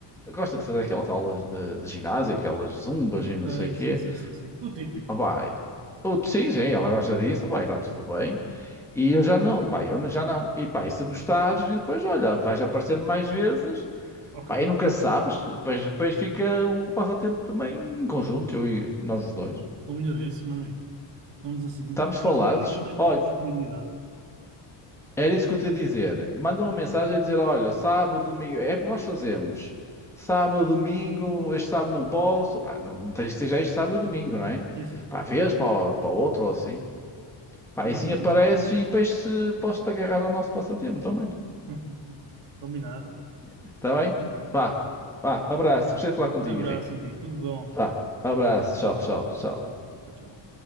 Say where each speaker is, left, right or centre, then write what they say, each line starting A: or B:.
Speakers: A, in the centre; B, on the right.
A: gosta de fazer aquelas aulas de, de ginásio, aquelas zumbas e
B: Ok,
A: não sei o quê.
B: sim, sim, sim, sim. O típico.
A: Ah, pá, eu- sim, sim, ela gosta disso, pá, está tudo bem. E eu já não, pá, eu não- já não. E pá, e se gostares, e depois, olha, vais aparecendo mais vezes.
B: Ok,
A: Pá, e nunca sabes, depois, depois fica um passatempo também em conjunto, eu e nós os dois.
B: combinadíssimo, amigo. Estamos assim.
A: Estamos falados?
B: Eu depois digo quando é que
A: Olha,
B: tem mais disponibilidade.
A: era isso que eu te ia dizer. Manda uma mensagem a dizer: olha, sábado, domingo, é o que nós fazemos. Sábado, domingo, este sábado não posso. Pá, não não tens que ser este sábado e domingo, não é?
B: Sim, sim.
A: Pá, vês para o, para o outro ou assim. Pá,
B: Combinadíssimo,
A: e assim apareces
B: amigo.
A: e depois se, posso-te agarrar ao nosso passatempo também.
B: <laughs> Combinado.
A: Está
B: Combinado.
A: bem? Vá, vá, abraço. Gostei de falar
B: Um
A: contigo,
B: grande abraço,
A: Henrique.
B: amigo. Tudo bom.
A: Vá, abraço. Tchau, tchau, tchau.
B: Tchau, tchau.